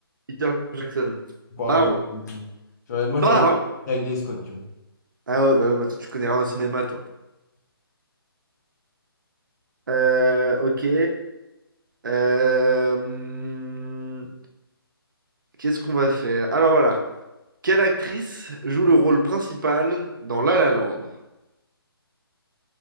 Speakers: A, on the right; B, on the left.
A: Peter Jackson.
B: Bah
A: Bow.
B: ouais, du tout. J'aurais, moi
A: Bow.
B: j'aurais dit Ridley Scott, tu vois.
A: Ah ouais, bah, ouais, bah toi, tu connais rien au cinéma, toi. Euh, ok. Euh, hmm, Qu'est-ce qu'on va faire? Alors voilà. Quelle actrice joue le rôle principal dans La La Land?